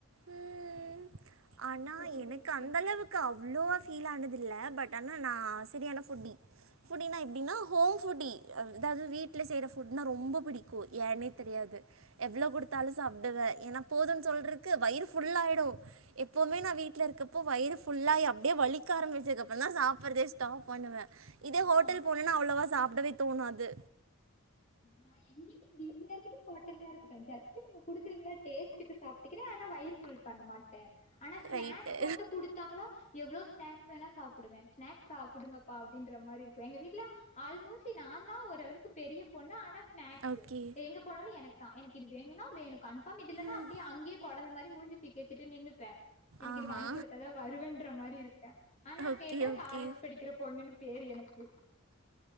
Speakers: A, on the right; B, on the left.
A: ம் ஆனா
B: அப்டிதா
A: எனக்கு
B: இருக்கு
A: அந்த அளவுக்கு அவ்ளோ ஃபீலானது இல்ல பட் ஆனா நா சரியான ஃபுட்டி ஃபுட்டின எப்டினா ஹோம் ஃபுட்டி அதாவது வீட்ல செய்ற ஃபுட்னா ரொம்போ புடிக்கு ஏன்னே தெரியாது எவ்ளோ குடுத்தாலு சாப்டுவே ஏன்னா போதும் சொல்றக்கு வயிறு ஃபுல்லாயிடு எப்பவுமே நா வீட்ல இருக்கப்போ வயிறு ஃபுல்லாயி அப்டியே வலிக்க ஆரம்பிச்சதுக்கப்புற தா சாப்ட்றதே ஸ்டாப் பண்ணுவே இதே ஹோட்டல்
B: நா அவ்ளோலா
A: போனுன்னா அவ்ளோவா
B: சாப்ட
A: சாப்டவே தோணாது
B: நா எங்கயு வீட்லயா இருக்கட்டு ஹோட்டல்யா இருக்கட்டு ஜஸ்ட் நீங்க குடுக்குறீங்கள டேஸ்ட்டுக்கு சாப்ட்டுக்றே ஆனா வயிறு ஃபுல் பண்ண மாட்டே ஆனா ஸ்நாக்ஸ்
A: ரைட்டு.
B: மட்டு குடுத் தாங்கனா எவ்ளோ ஸ்நாக்ஸ் வேணா சாப்டுவே ஸ்நாக்ஸ் சாப்டுங்கப்பா அப்டின்ற மாரி இருக்கு எங்க வீட்ல ஆல்மோஸ்ட்லி நான்தா ஓரளவுக் கு பெரிய பொண்ணு ஆனா ஸ்நாக்ஸ்
A: ஓகே.
B: எங்க போனாலு எனக்கு தா எனக்கு இது வேணுனா வேணு கண் ஃப்பாம் இதுலன்ன
A: ம்.
B: அப்டியே அங்கேயே கொழந்த மாரி மூஞ்ச தூக்கி வச்சிட்டு நின்னுப்பே எனக்கு
A: ஆஹா.
B: இது வாங்கி குடுத்தாதா வருவேன்ற மாரி இருப்பே ஆனா
A: ஓகே,
B: கேட்டா
A: ஓகே.
B: காலேஜ் படிக்கிற பொண்ணுன்னு பேரு எனக்கு